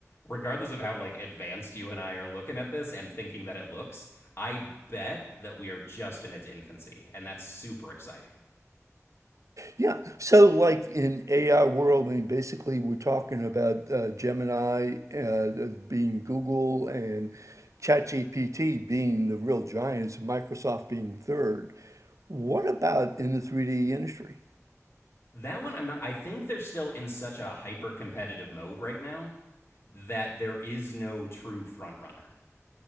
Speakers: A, on the left; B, on the right.
A: regardless of how like advanced you and I are looking at this and thinking that it looks, I bet that we are just in its infancy, and that's super exciting.
B: Yeah. So, like in AI world, I mean, basically, we're talking about uh, Gemini uh, uh, being Google and ChatGPT being the real giants, Microsoft being third. What about in the 3D industry?
A: That one, I'm not. I think they're still in such a hyper competitive mode right now that there is no true front runner.